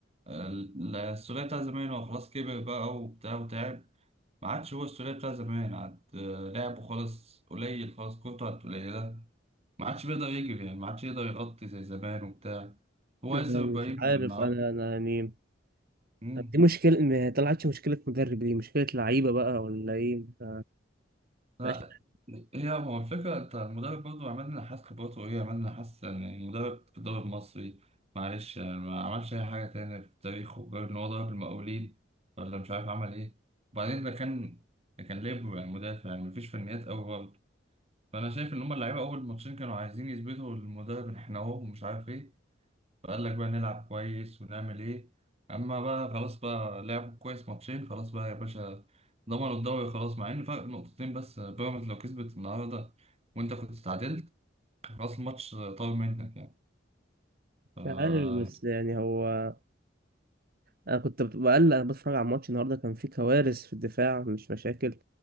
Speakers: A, on the right (about 35°); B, on the right (about 55°).
A: ال- السولية بتاع زمان هو خلاص كبر بقى وبتاع وتعب ما عادش هو السولية بتاع زمان عاد آه، لعبه خلاص قليل خلاص كورته عاد قليلة ما عادش بيقدر يجري يعني ما عادش يقدر يغطي زي زمان وبتاع هو
B: أنا
A: لسه ابراهيم
B: مش عارف
A: النهارده
B: انا انا يعني
A: مم.
B: طب دي مشكلة ما طلعتش مشكلة مدرب دي مشكلة لعيبة بقى ولا ايه ف-
A: لا
B: مش
A: هي هو الفكرة انت المدرب برضه عمل لنا حاسس خبراته ايه عمل لنا حاسس يعني المدرب في الدوري المصري معلش يعني ما عملش أي حاجة تانية في تاريخه غير إن هو ضرب المقاولين ولا مش عارف عمل ايه وبعدين ده كان ده كان ليبرو يعني مدافع يعني مفيش فنيات أوي برضه فأنا شايف إن هما اللعيبة أول ماتشين كانوا عايزين يثبتوا للمدرب إن إحنا أهو ومش عارف ايه فقال لك بقى نلعب كويس ونعمل ايه اما بقى خلاص بقى لعبوا كويس ماتشين خلاص بقى يا باشا ضمنوا الدوري خلاص مع ان فرق نقطتين بس بيراميدز لو كسبت النهارده وانت كنت اتعادلت خلاص الماتش طار منك يعني ف
B: عارف بس يعني هو انا كنت بقلق انا بتفرج على الماتش النهارده كان في كوارث في الدفاع مش مشاكل